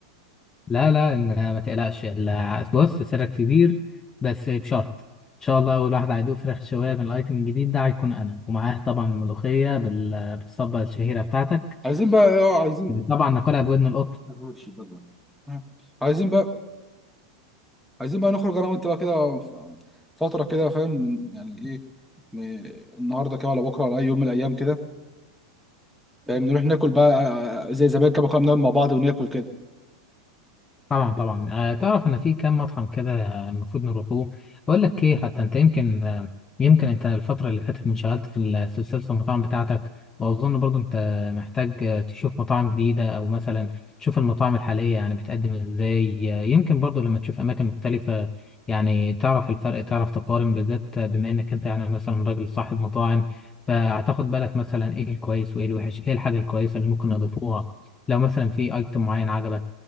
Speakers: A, on the left; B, in the centre.
A: لا لا إن ما تقلقش ال- بص سرك كبير بس بشرط ان شاء الله اول واحد هيدوق فراخ شوايه من الايتم الجديد ده هيكون انا ومعاه طبعا الملوخيه بال- بالصبه الشهيره بتاعتك
B: عايزين بقى اه عايزين
A: طبعا ناكلها بودن القط
B: ماشي بالله مم. عايزين بقى عايزين بقى نخرج انا وانت بقى كده ف- فتره كده فاهم يعني ايه م- النهارده كده ولا بكره ولا اي يوم من الايام كده فاهم نروح ناكل بقى آه، زي زمان كده كنا بنقعد مع بعض وناكل كده
A: طبعا طبعا آه، تعرف ان في كام مطعم كده آه، المفروض نروحوه بقول لك ايه حتى انت يمكن آه، يمكن انت الفتره اللي فاتت انشغلت في ال- سلسله المطاعم بتاعتك واظن برضو انت محتاج آه، تشوف مطاعم جديده او مثلا تشوف المطاعم الحاليه يعني بتقدم ازاي آه، يمكن برضو لما تشوف اماكن مختلفه يعني تعرف الفرق تعرف تقارن بالذات آه، بما انك انت يعني مثلا راجل صاحب مطاعم فهتاخد بالك مثلا ايه الكويس وايه الوحش ايه الحاجه الكويسه اللي ممكن نضيفوها لو مثلا في ايتم معين عجبك